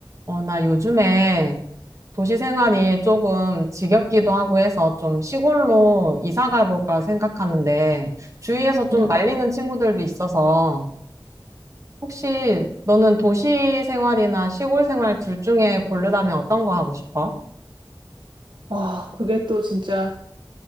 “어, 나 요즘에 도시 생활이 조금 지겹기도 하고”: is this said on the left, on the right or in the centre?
Right